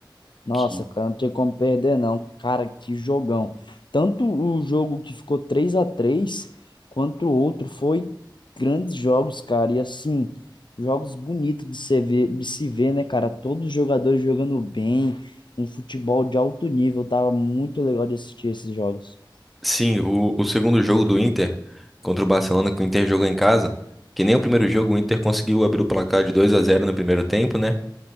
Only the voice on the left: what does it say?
nossa,
cara, não tem como perder, não. Cara, que jogão. Tanto o jogo que ficou 3 a 3 quanto o outro foi grandes jogos, cara. E assim, jogos bonitos de se ver, de se ver, né, cara? Todos os jogadores jogando bem, um futebol de alto nível, tava muito legal de assistir esses jogos.